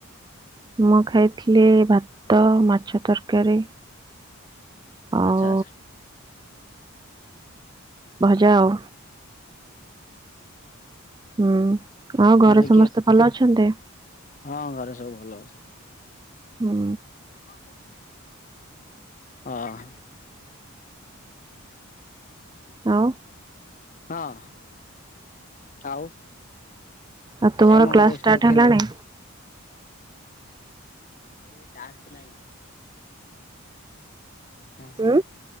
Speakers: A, on the right; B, on the left.
A: ମୁଁ ଖାଇଥିଲି ଭାତ, ମାଛ ତରକାରୀ ଆଉ
B: ଆଚ୍ଛା ଆଚ୍ଛା।
A: ଭଜା ଆଉ। ହୁଁ ଆଉ ଘରେ
B: ହେଲେ
A: ସମସ୍ତେ
B: କିଏ
A: ଭଲ ଅଛନ୍ତି?
B: ହଁ ଘରେ ସବୁ ଭଲ ଅଛନ୍ତି।
A: ହୁଁ।
B: କଣ କରୁଚ? ହଁ।
A: ଆଉ।
B: ହଁ ଆଉ।
A: ଆଉ ତୁମର
B: ତମ
A: କ୍ଲାସ
B: ଘରେ
A: ଷ୍ଟାର୍ଟ
B: ସବୁ କେମିତି
A: ହେଲାଣି?
B: ଏଇ ଟାସ୍କ ନାହିଁ। ହଁ
A: ହୁଁ